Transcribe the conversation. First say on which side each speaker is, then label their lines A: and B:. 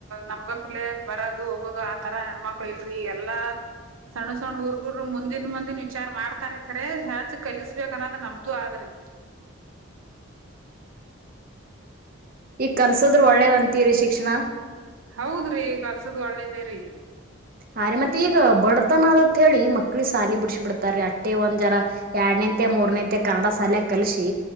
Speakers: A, on the right; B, on the right.
A: ನಮ್ಗಪ್ಿಲೆ ಬರೋದು ಹೋಗೋದು ಆತರ ಹೆಣ್ಮಕ್ಳು ಇಲ್ರಿೀ ಈ ಎಲ್ಲಾ ಸಣ್ಣ ಸಣ್ ಊರ್ಗುರು ಮುಂದಿನ ಮುಂದನ್ ವಿಚಾರ ಮಾಡ್ತಾರ ಖರ ಯಾಚ ಕಲಿಸಬೇಕ ಅನ್ನೋದ್ ನಮ್ದು ಆದ್ರಿ
B: ಈಗ್ ಕಲ್ಸೋದ್ರರು ಒಳ್ಳೇದ್ ಅಂತೀರಿ ಶಿಕ್ಷಣ
A: ಹೌದ್ರಿ ಕಲ್ಸದ ಒಳ್ಳೇದೇ ರೀ
B: ಅ ರೀ ಮತ್ತೆ ಈಗ ಬಡ್ತನದತ್ ಹೇಳಿ ಮಕ್ಳಿ ಸಾಲಿ ಬಿಡ್ಸಿ ಬಿಡ್ತಾರ ಅಷ್ಟೆ ಒಂದ್ ಜರ ಎರಡ್ನೇಂತೆ ಮೂರನೇಂತೆ ಕನ್ನಡ ಸಾಲಿಯ ಕಲ್ಸಿ